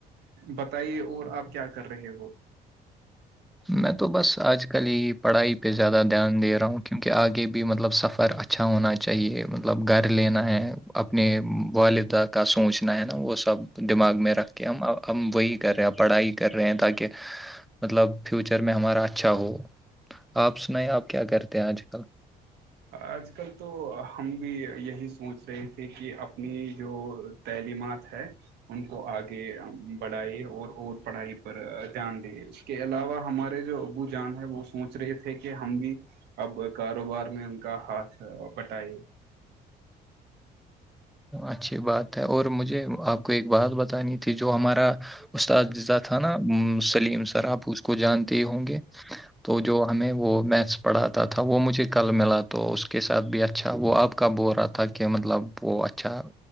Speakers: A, on the right; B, in the centre.
A: بتائیے اور آپ کیا کر رہے ہو
B: میں تو بس آج کل ہی پڑھائی پہ زیادہ دھیان دے رہا ہوں کیونکہ آگے بھی مطلب سفر اچھا اچھا ہونا چاہیے مطلب گھر لینا ہے اپنے والدہ کا سوچنا ہے نا وہ سب دماغ میں رکھ کے ہم ہم وہی کر رہے ہیں پڑھائی کر رہے ہیں تاکہ مطلب فیوچر میں ہمارا اچھا ہو آپ سنائ آپ کیا کرتے ہیں آج کل
A: آج کل تو ہم بھی یہی سوچ رہے تھے کہ اپنی جو تعلیمات ہے ان کو آگے بڑھائی اور اور پڑھائی پر دان د اس کے علاوہ ہمارے جو ابو جان ہے وہ سوچ رہے تھے کہ ہم بھی اب کاروبار میں ان کا ہاتھ بٹائی
B: اچھی بات ہے اور مجھے آپ کو ایک بات بتانی تھی جو ہمارا استاد جذہ تھا نا سلیم صرحب اس کو جانتے ہی ہوں گے تو جو ہمیں وہ میتھس پڑھاتا تھا وہ مجھے کل ملا تو اس کے ساتھ بھی اچھا وہ آپ کب بول رہا تھا کہ مطلب وہ اچھا